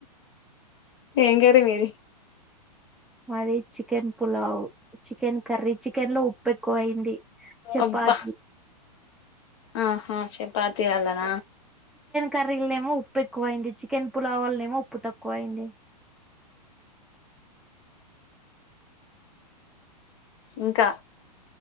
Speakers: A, on the left; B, in the centre.
A: ఏం గర్రీ మీది
B: మాది chicken pulao chicken curry chicken లో ఉప్పె ఎక్కువ అయింది చెపాతీ
A: అబ్బా ఆహా చెపాతీ ఇయ్యాలన
B: కర్రీలోనేమో ఉప్పు ఎక్కువయింది చికెన్ పులావలనే ఏమో ఉప్పు తక్కువ అయింది
A: ఇంకా